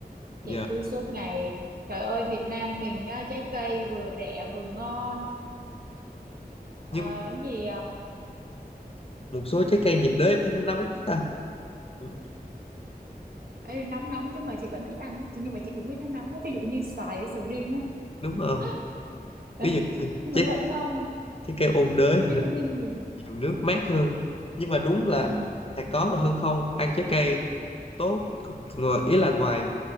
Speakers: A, on the left; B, on the right.
A: dạ
B: chị cứ suốt ngày trời ơi Việt Nam mình á, trái cây vừa rẻ vừa ngon Ờ,
A: nhưng
B: cái gì à,
A: một số trái cây nhiệt đới em thấy nó nóng ta Ừ,
B: Ê, nóng nóng chứ mà chị vẫn thích ăn á. chị nhưng mà chị cũng biết nó nóng á. ví dụ như xoài với sầu riêng á
A: đúng rồi
B: <laughs> Ê,
A: ví dụ như
B: nhưng
A: trái,
B: mà nó vẫn ngon à.
A: trái cây ôn đới
B: nó
A: thì
B: vitamin
A: nó
B: nhiều
A: nhiều nước mát hơn nhưng mà đúng là
B: ừ.
A: à, có còn hơn không ăn trái cây tốt ngồi ý là ngoài